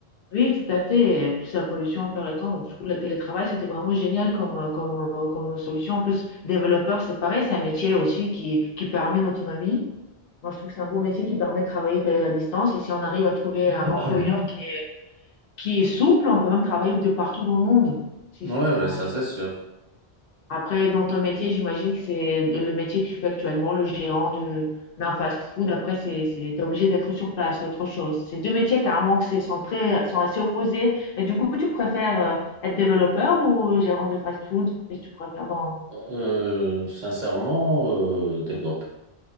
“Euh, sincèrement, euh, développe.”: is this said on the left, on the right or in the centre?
Right